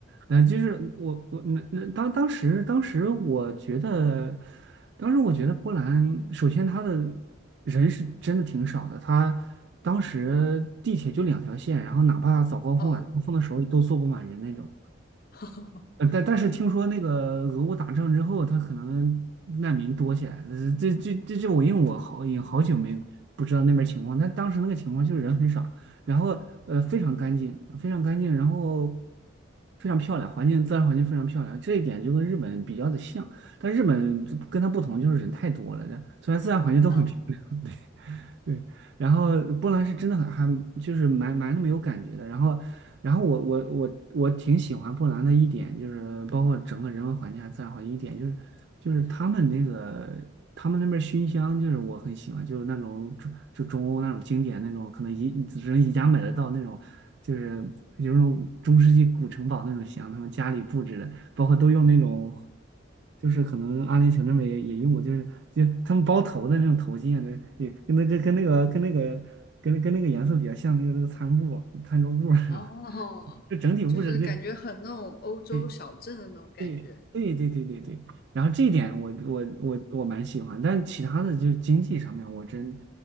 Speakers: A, on the right; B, on the left.
A: 呃，就是我我那那当当时当时我觉得。当时我觉得波兰，首先它的人是真的挺少的，它当时地铁就两条线，然后哪怕早高峰、
B: 哦，
A: 晚高峰的时候都坐不满人那种。
B: <laughs>
A: 呃，但但是听说那个俄乌打仗之后，他可能难民多起来了。这这这这，我因为我好也好久没不知道那边情况，但当时那个情况就是人很少，然后呃非常干净，非常干净，然后非常漂亮，环境自然环境非常漂亮。这一点就跟日本比较的像，但日本就跟它不同就是人太多了，这虽然自然环境都很漂亮，
B: 嗯
A: <laughs> 对，然后波兰是真的很还就是蛮蛮那么有感觉的。然后，然后我我我我挺喜欢波兰的一点就是，包括整个人文环境啊、自然环境一点就是，就是他们那个他们那边熏香，就是我很喜欢，就是那种中就中欧那种经典那种，可能宜只能宜家买得到那种，就是有那种中世纪古城堡那种香，他们家里布置的。包括都用那种，就是可能阿联酋那边也也用过，就是就他们包头的那种头巾啊，那也跟那个跟那个跟那个跟跟那个颜色比较像，那个那个餐布餐桌布是吧？
B: 哦，
A: <laughs> 就整体布置就。
B: 就是感觉很那种欧洲小镇的那种感觉，
A: 嗯。对对对对对对，然后这一点我我我我蛮喜欢，但其他的就是经济上面，我真